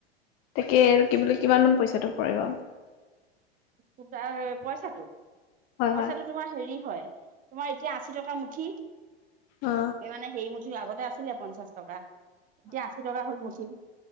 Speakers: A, on the left (about 25°); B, on the right (about 25°).
A: তাকে আৰু কি বোলে কিমান মান পইচাটো পৰিব?
B: সোটাৰ পইচাটো,
A: হয়
B: পইচাটো
A: হয়
B: তোমাৰ হেৰি হয়, তোমাৰ এতিয়া আশী টকা মুঠি,
A: অ
B: এই মানে হে মুঠি আগতে আছিলে পঞ্চাশ টকা, এতিয়া আশী টকা হ'ল মুঠি।